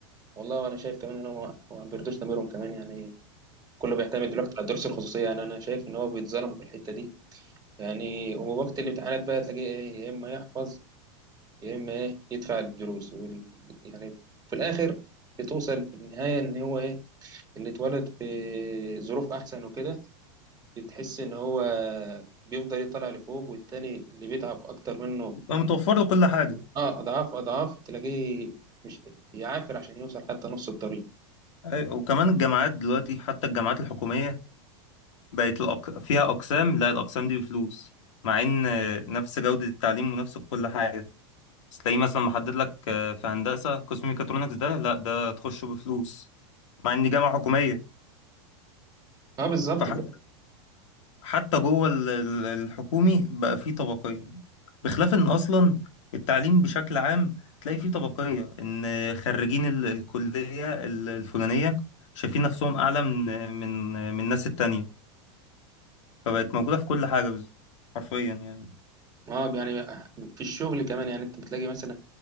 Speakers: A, on the right (about 25°); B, on the left (about 80°).
A: والله وأنا شايف كمان إن هو ما هو ما بيرضوش ضميرهم كمان يعني كله بيعتمد دلوقتي على الدروس الخصوصية يعني أنا شايف إن هو بيتظلموا في الحتة دي يعني ووقت الامتحانات بقى تلاقيه إيه يا إما يحفظ يا اما ايه يدفع الدروس وال- يعني في الاخر بتوصل في النهايه ان هو ايه اللي اتولد في ظروف احسن وكده بتحس ان هو بيفضل يطلع لفوق والتاني اللي بيتعب اكتر منه
B: بقى متوفر له كل حاجة
A: اه اضعاف اضعاف تلاقيه مش بيعافر عشان يوصل حتى نص الطريق
B: أيوة. وكمان الجامعات دلوقتي حتى الجامعات الحكومية بقت الأق... فيها أقسام لا الأقسام دي بفلوس مع إن آه، نفس جودة التعليم ونفس كل حاجة بس تلاقيه مثلا محدد لك آه، في هندسة قسم ميكاترونكس ده لا ده تخشه بفلوس مع إن دي جامعة حكومية
A: اه بالظبط
B: فحتى حتى جوه ال- ال- الحكومي بقى فيه طبقية بخلاف ان اصلا التعليم بشكل عام تلاقي فيه طبقية ان خريجين ال- الكلية ال- الفلانية شايفين نفسهم اعلى من من من الناس التانية فبقت موجودة في كل حاجة بز- حرفيا يعني
A: اه يعني في الشغل كمان يعني انت بتلاقي مثلا